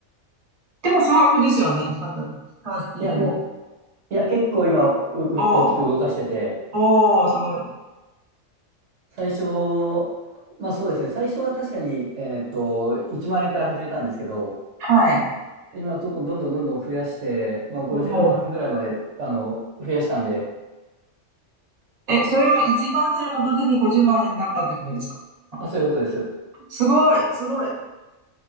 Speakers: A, on the right (about 30°); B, on the right (about 60°).
A: でも小学ですよね、多分。話聞いてる。
B: いや、もう、いや、結構今、う大きく動かしてて、
A: おーおーすごい。
B: 最初、まあそうですね。最初は確かに、えーっと、1万円から始めたんですけど、
A: はい。
B: 今どんどんどんどんどんどん増やして、まあ、50万ぐらいまで、
A: おー
B: あの、増やしたんで、
A: え、それは1万円も元手に50万円になったってことですかあ
B: あ、そういうことです。
A: すごい、すごい。え